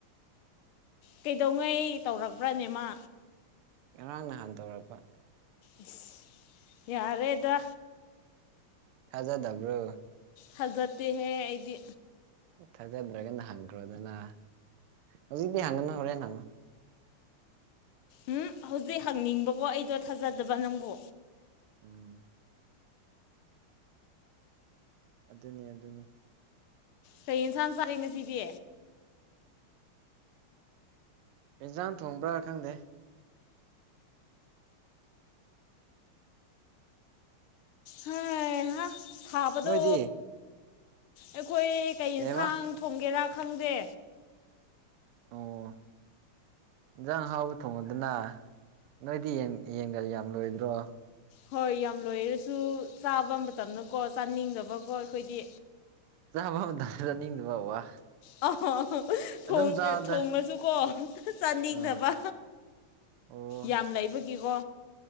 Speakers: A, on the left; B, on the right.
A: ꯀꯩꯗꯧꯉꯩ ꯇꯧꯔꯛꯄ꯭ꯔꯥꯅꯦ ꯃꯥ
B: ꯉꯔꯥꯡ ꯅꯍꯥꯟ ꯇꯧꯔꯛꯄ
A: ꯏꯁ ꯌꯥꯔꯦꯗ
B: ꯊꯥꯖꯗꯕ꯭ꯔꯣ
A: ꯊꯥꯖꯗꯦ ꯍꯦ ꯑꯩꯗꯤ
B: ꯊꯥꯖꯗ꯭ꯔꯒꯅ ꯍꯪꯈ꯭ꯔꯣ ꯑꯗꯨꯅ ꯍꯧꯖꯤꯛꯇꯤ ꯍꯪꯒꯅꯨ ꯍꯣꯔꯦꯟ ꯍꯪꯉꯣ
A: ꯎꯝ ꯍꯧꯖꯤꯛ ꯍꯪꯅꯤꯡꯕꯀꯣ ꯑꯩꯗꯣ ꯊꯥꯖꯗꯕ ꯅꯪꯕꯨ
B: ꯎꯝ ꯑꯗꯨꯅꯦ ꯑꯗꯨꯅꯤ
A: ꯀꯩ ꯏꯟꯁꯥꯡ ꯆꯥꯔꯦ ꯉꯁꯤꯗꯤ
B: ꯌꯦꯟꯖꯥꯡ ꯊꯣꯡꯕ꯭ꯔꯥ ꯈꯪꯗꯦ
A: ꯍꯥ ꯍꯥ ꯁꯥꯕꯗꯣ
B: ꯅꯣꯏꯗꯤ
A: ꯑꯩꯈꯣꯏ ꯀꯩ
B: ꯀꯩꯕ
A: ꯌꯦꯟꯁꯥꯡ ꯊꯣꯡꯒꯦꯔꯥ ꯈꯪꯗꯦ
B: ꯑꯣ ꯌꯦꯟꯖꯥꯡ ꯍꯥꯎꯕ ꯊꯣꯡꯉꯗꯅ ꯅꯣꯏꯗꯤ ꯌꯦꯟꯒ ꯌꯥꯝ ꯂꯣꯏꯗ꯭ꯔꯣ
A: ꯍꯣꯏ ꯌꯥꯝ ꯂꯣꯏꯔꯁꯨ ꯆꯥꯕ ꯃꯇꯝꯗꯀꯣ ꯆꯥꯅꯤꯡꯗꯕꯀꯣ ꯑꯩꯈꯣꯏꯗꯤ
B: ꯆꯥꯕ ꯃꯥꯇꯝꯗ ꯆꯥꯅꯤꯡꯗꯕ ꯋꯥ
A: ꯑ ꯑ ꯊꯣꯡ
B: ꯑꯗꯨꯝ ꯆꯥꯎꯗ
A: ꯑꯦ ꯊꯣꯡꯂꯁꯨꯀꯣ ꯆꯥꯅꯤꯡꯅꯕ
B: ꯑꯥ ꯑꯣ
A: ꯌꯥꯝ ꯂꯩꯕꯒꯤꯀꯣ